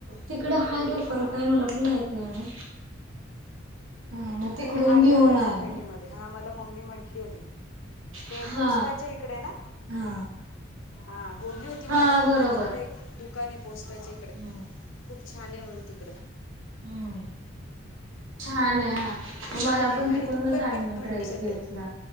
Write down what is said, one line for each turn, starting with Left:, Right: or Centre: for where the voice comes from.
Right: तिकडे हाय दुकान
Left: हां हां
Right: काय मला पण माहित नाही. हा मग तिकडून
Left: ते आडव्या
Right: घेऊन
Left: बाजारपेठेमध्ये
Right: आलो
Left: हा मला मम्मी म्हंटली होती. ते
Right: हा
Left: पोस्टाच्या इकडे ना?
Right: हा
Left: हा बोलली होती मला
Right: हा
Left: मम्मी.
Right: बरोबर
Left: तिकडे एक दुकान आहे पोस्टरचे इकडे.
Right: हम्म
Left: खूप छान आहे म्हण तिकडं.
Right: हम्म. छान आहे
Left: हो
Right: हा, मग
Left: छान
Right: मला
Left: आहे
Right: पण
Left: आणि
Right: तिकडूनच
Left: तू काय
Right: आईने
Left: घेतलं मग
Right: ड्रेस
Left: टी शर्ट
Right: घेतला.